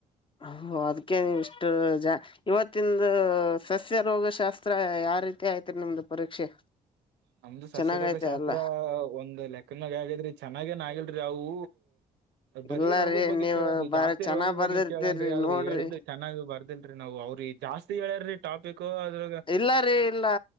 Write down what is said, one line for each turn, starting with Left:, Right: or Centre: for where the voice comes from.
Left: ಅ ಅದಕ್ಕೆ ಇಷ್ಟು ಜಾ ಇವತ್ತಿಂದು ಸಸ್ಯ ರೋಗಶಾಸ್ತ್ರ ಯಾವ ರೀತಿ ಆಯತ್ರಿ ನಿಮ್ದು ಪರೀಕ್ಷೆ.
Right: ನಮ್ದು ಸಸ್ಯ
Left: ಚೆನ್ನಾಗೈತೆ
Right: ರೋಗ ಶಾಸ್ತ್ರ
Left: ಅಲ್ಲ
Right: ಒಂದ್ ಲೆಕ್ಕದಮ್ಯಾಗ ಆಗ್ಯಾದ್ರಿ ಚೆನ್ನಾಗೇನ್ ಆಗಲ್ರಿ ಅವೂ ಬರೀ
Left: ಇಲ್ಲರೀ
Right: ರೋಗದ್ ಬಗ್ಗೆ
Left: ನೀವ್
Right: ಕೇಳದು
Left: ಬಾರಿ
Right: ಜಾಸ್ತಿ
Left: ಚೆನ್ನಾಗ್
Right: ರೋಗದ
Left: ಬರ್ದಿರ್ತೀರಿ
Right: ಬಗ್ಗೆ ಕೇಳನ್ರಿ ಆದ್ರರು
Left: ನೋಡ್ರಿ
Right: ಹೇಳಿದ ಚೆನ್ನಾಗ್ ಬರ್ದಿಲ್ರರಿ ನಾವವು ಅವ್ರಿ ಜಾಸ್ತಿ ಹೇಳ್ಯಾರಿ ಟಾಪಿಕ್ ಅದ್ರ
Left: ಇಲ್ಲಾರೀ. ಎಲ್ಲಾ